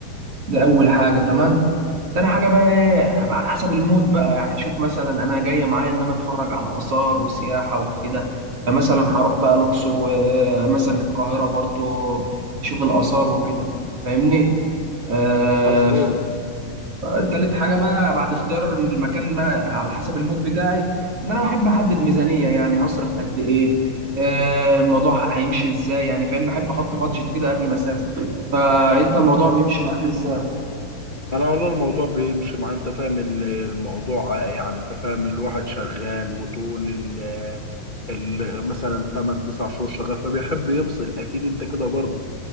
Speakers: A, on the right; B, on the left.
A: دي اول حاجه تمام تاني حاجه بقى ايه بقى على حسب المود بقى يعني اشوف مثلا انا جايه معايا ان انا اتفرج على اثار وسياحه وكده فمثلا هروح بقى الاقصر ومثلا القاهره برضو اشوف الاثار وكده فاهمني آه
B: مظبوط
A: فتالت حاجه بقى بعد اختيار المكان بقى على حسب المود بتاعي ان انا بحب احدد ميزانيه يعني هصرف قد ايه آه الموضوع هيمشي ازاي يعني فاهم بحب احط بادجت كده قبل ما اسافر فانت الموضوع بيمشي معاك ازاي
B: انا والله الموضوع بيمشي مع انت فاهم ال- الموضوع يعني انت فاهم الواحد شغال وطول ال ال مثلا 8 9 شهور شغال فبيحب يفصل اكيد انت كده برضه